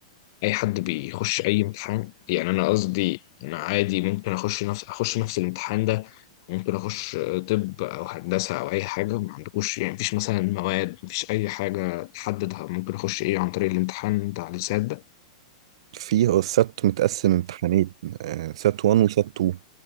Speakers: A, on the left; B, on the right.
A: أي حد بيخش أي امتحان يعني أنا قصدي أنا عادي ممكن أخش نفس أخش نفس الامتحان ده ممكن أخش طب أو هندسة أو أي حاجة ما عندكوش يعني مفيش مثلا مواد مفيش أي حاجة تحددها ممكن أخش إيه عن طريق الامتحان بتاع اللسات
B: فيه السات متقسم امتحانين آه، سات
A: ده
B: 1 وسات 2